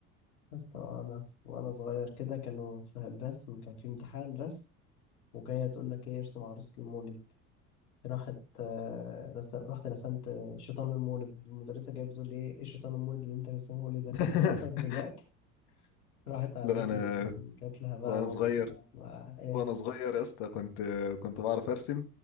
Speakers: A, on the left; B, on the left.
A: يا اسطى أنا وأنا صغير كده كانوا في الرسم كان في امتحان رسم وجاية تقول لك إيه ارسم عروس المولد راحت آه، رسم رحت رسمت شيطان المولد المدرسة جاية بتقول لي إيه إيه شيطان المولد اللي أنت رسمه لي ده
B: <laughs>
A: هسقطك دلوقتي راحت عمتي
B: لا انا
A: جات لها بقى
B: وانا
A: وقعدت
B: صغير
A: معاها إيه
B: وانا صغير يا اسطى كنت كنت بعرف ارسم